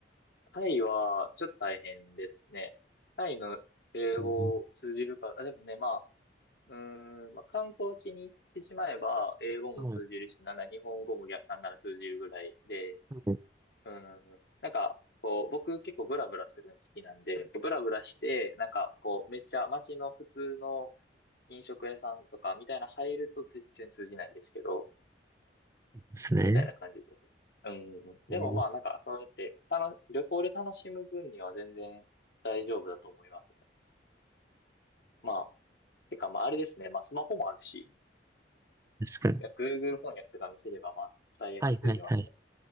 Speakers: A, on the left; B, on the right.
A: タイは、ちょっと大変ですね。タイの英語通じるか、
B: うん
A: あ、でもね、まあ、うーん、まあ、観光地に行ってしまえば、英語も通じるし、
B: そう
A: なんなら日本語も逆なんなら通じるぐらいで、
B: なんで
A: うん。なんか、こう、僕結構ブラブラするの好きなんで、ブラブラして、なんか、こう、めっちゃ街の普通の飲食屋さんとかみたいな入ると全然通じないんですけど、
B: すね。
A: みたいな感じです。うん。でもまあ、
B: うん
A: なんか、そうやって、たの、旅行で楽しむ分には全然大丈夫だと思いますね。まあ、てか、まあ、あれですね。まあ、スマホもあるし、
B: 確かに。
A: いや Google 翻訳とか見せれば、まあ、最悪通じますね。
B: はいはいはい。